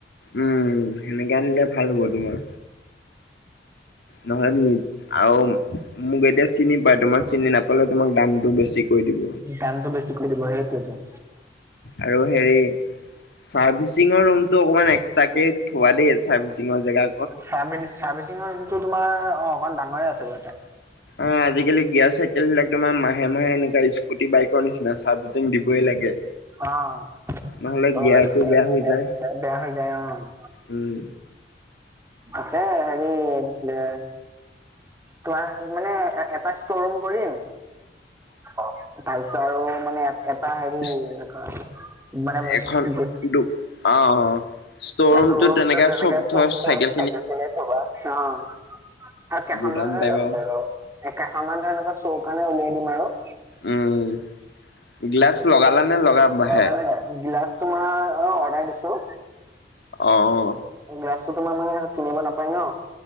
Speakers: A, on the left (about 75°); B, on the right (about 15°).
A: উম, সেনেকে আনিলে ভাল হ'ব তোমাৰ। নহলে আৰু, মোক এতিয়া চিনি পায় তোমাৰ চিনি নাপালে তোমাৰ দামটো বেছি। কৈ দিব
B: দানত বছি কৰি দিব সেইটোৱে।
A: আৰু হেৰি চাৰ্ভিচিঙৰ ৰুমটো অকমান এক্সট্ৰাকে থোৱা দেই চাৰ্ভিচিঙৰ জেগা
B: চাৰ্ভি চাৰ্ভিচিঙৰটো তোমাৰ, অ' অকণমান ডাঙৰে আছে বাৰু তে
A: অ' আজিকালি গিয়াৰ চাইকেলবিলাক তোাৰ মাহে মাহে এনেকুৱা স্কুটি বাইকৰ নিচিনা চ চাফচিং দিবই লাগে।
B: অ'।
A: নহ'লে
B: ভলে
A: গিয়াৰটো
B: বেয়া হৈ
A: যায়।
B: য বেয়া হৈ যায় অ'।
A: উম
B: আছে সেৰি এ তোমাৰ মানে এটা ষ্ট'ৰুম কৰিম। অ' তাৰপিছত আৰু মানে এটা হেৰি
A: ইছ
B: এনেকা মান ব
A: এখন দু অ অ ষ্ট'ৰ ৰুমটোত
B: ৰুমতো
A: তেনেকে
B: তেনেকাে
A: ধৰ
B: চব খৰচ
A: চাইকেল
B: থাকে খিনিয়ে থবা। আৰু কেইখনমান
A: গুদাম
B: ধৰি
A: টাইপ
B: লওক,
A: আও
B: কেইখনমান ধৰি লক চোৰ কাৰণে উলিয়াই দিম আৰু।
A: উম, গিলাচ লগালা নে লগাব হে?
B: নাই নাই গিলাচ তোমাৰ অ' অৰ্ডাৰ দিছো।
A: আহ।
B: গাছটো তোমাৰ মানে ন, কিনিব নাপায় ন